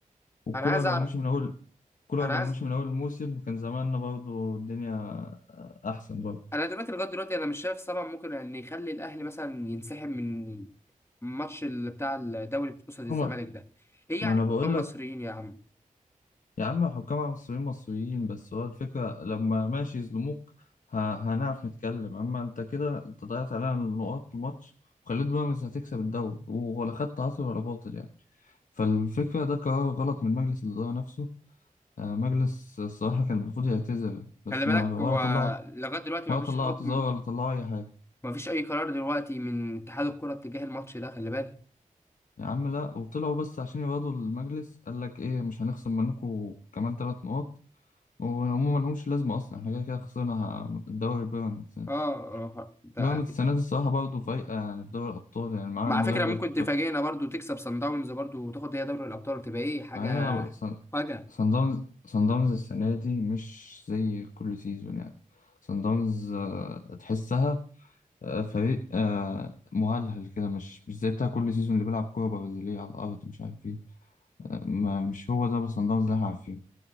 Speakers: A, on the left (about 70°); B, on the left (about 20°).
A: والكولر
B: انا عايز
A: لو
B: أعرف
A: مشي من أول كولر
B: انا
A: لو
B: عايز
A: مشي من أول الموسم كان زماننا برضو الدنيا أحسن برضو
B: انا دلوقتي لغايه دلوقتي انا مش شايف سبب ممكن ان يخلي الاهلي مثلا ينسحب من ماتش ال- بتاع الدوري قصاد الزمالك
A: هما
B: ده ايه يعني
A: ما أنا
B: حكام
A: بقول لك
B: مصريين يا عم
A: يا عم حكام مصريين مصريين بس هو الفكرة لما ماشي يظلموك ه- هنعرف نتكلم أما أنت كده أنت ضيعت علينا النقاط الماتش وخليت بيراميدز هتكسب الدوري ولا خدت عاطل ولا باطل يعني فالفكرة ده قرار غلط من مجلس الإدارة نفسه آه، مجلس الصراحة كان المفروض يعتذر بس
B: خلي بالك
A: ما ولا
B: هو
A: طلعوا
B: لغايه دلوقتي
A: ولا
B: ما فيش
A: طلعوا
B: حكم
A: اعتذار ولا طلعوا أي حاجة
B: ما فيش اي قرار دلوقتي من اتحاد الكره اتجاه الماتش ده خلي بالك
A: يا عم لا وطلعوا بس عشان يقعدوا المجلس قال لك ايه مش هنخصم منكم كمان ثلاث نقط وهم ما لهمش لازمه اصلا احنا كده كده خسرنا ه- الدوري بيراميدز يعني.
B: اه آه، ده
A: بيراميدز السنه دي الصراحه برضه فايقه يعني في دوري الابطال يعني معاها
B: مع
A: المدرب
B: فكره ممكن تفاجئنا برضو تكسب سان داونز برضو وتاخد هي دوري الابطال تبقى ايه حاجه
A: معايا صن
B: فجأة
A: صن داونز صن داونز السنه دي مش زي كل سيزون يعني صن داونز آه، تحسها آه، فريق آه، مهلهل كده مش مش زي بتاع كل سيزون اللي بيلعب كوره برازيليه على الارض مش عارف ايه آه، ما- مش هو ده بس صن داونز اللي احنا عارفينه